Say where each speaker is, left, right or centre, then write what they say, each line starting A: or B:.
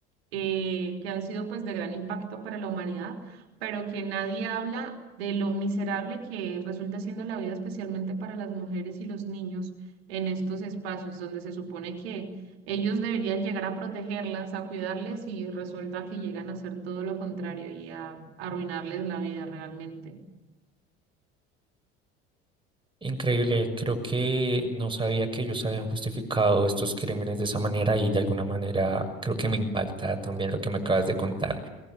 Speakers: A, on the right (about 85°); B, on the right (about 15°).
A: eh, que han sido pues de gran impacto para la humanidad, pero que nadie habla de lo miserable que resulta siendo la vida, especialmente para las mujeres y los niños en estos espacios donde se supone que ellos deberían llegar a protegerlas, a cuidarles y resulta que llegan a hacer todo lo contrario y a arruinarles la vida realmente.
B: Increíble, creo que no sabía que ellos habían justificado estos crímenes de esa manera y de alguna manera creo que me impacta también lo que me acabas de contar.